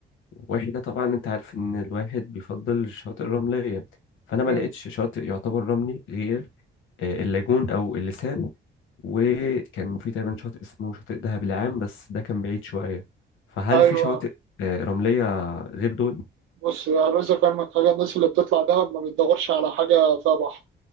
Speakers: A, on the left; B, on the right.
A: واحنا طبعا انت عارف ان الواحد بيفضل الشواطئ الرملية فانا
B: مم.
A: ما لقيتش شاطئ يعتبر رملي غير آه، اللاجون او اللسان وكان في تقريبا شاطئ اسمه شاطئ دهب العام بس ده كان بعيد شوية فهل
B: ايوه
A: في شواطئ آه، رملية غير دول؟
B: بص يا رزق فاهمك حاجة الناس اللي بتطلع دهب ما بتدورش على حاجة فيها بحر